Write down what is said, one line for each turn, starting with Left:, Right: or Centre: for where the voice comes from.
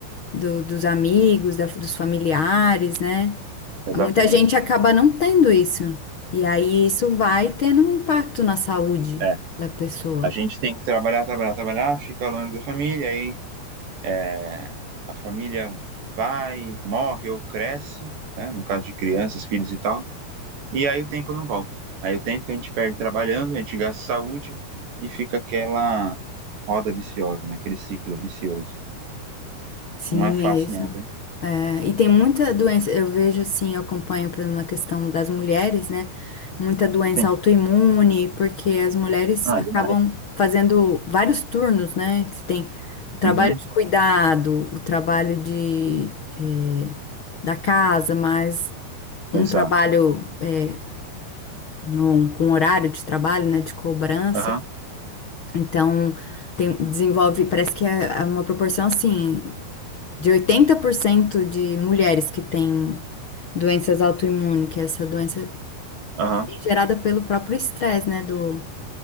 Left: do- dos amigos, da- dos familiares, né?
Right: exatamente.
Left: Muita gente acaba não tendo isso. E aí isso vai tendo um impacto na saúde
Right: É,
Left: da pessoa.
Right: A gente tem que trabalhar, trabalhar, trabalhar, fica longe da família, aí é, a família vai, morre ou cresce, né? No caso de crianças, filhos e tal, e aí o tempo não volta. Aí o tempo que a gente perde trabalhando, a gente gasta saúde e fica aquela roda viciosa, né? Aquele ciclo vicioso.
Left: Sim,
Right: Não é fácil
Left: é isso.
Right: não, viu?
Left: É, e tem muita doença, eu vejo assim, eu acompanho, por exemplo, na questão das mulheres, né? Muita doença
Right: Sim.
Left: autoimune, porque as mulheres
Right: Ah,
Left: acabam
Right: demais.
Left: fazendo vários turnos, né? Que tem o trabalho
Right: Uhum.
Left: de cuidado, o trabalho de, eh, da casa, mas um
Right: Exato.
Left: trabalho, eh, num- com horário de trabalho, né? De cobrança.
Right: Aham.
Left: Então, tem- desenvolve, parece que é uma proporção assim de 80% de mulheres que têm doenças autoimunes, que é essa doença
Right: Aham.
Left: é gerada pelo próprio estresse, né, do,